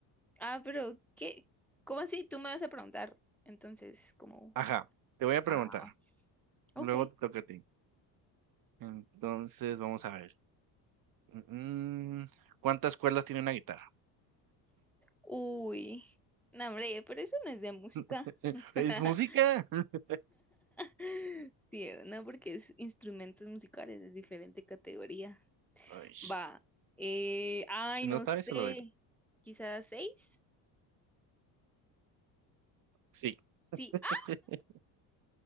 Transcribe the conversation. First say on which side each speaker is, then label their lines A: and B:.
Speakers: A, in the centre; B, on the right.
A: Ah, pero ¿qué? ¿Cómo así? Tú me vas a preguntar. Entonces, como.
B: Ajá, te voy a preguntar.
A: Ah, ok.
B: Luego te toca a ti. Entonces, vamos a ver. Mm, ¿Cuántas cuerdas tiene una guitarra?
A: Uy. No, hombre, pero eso no es de música.
B: <laughs>
A: <laughs>
B: ¿Es música? <laughs>
A: Sí, no, porque es instrumentos musicales, es diferente categoría.
B: Ay,
A: Va. eh, ay,
B: si no
A: no
B: sabes,
A: sé.
B: se lo digo.
A: Quizás seis.
B: Sí,
A: Sí.
B: <laughs>
A: Ah,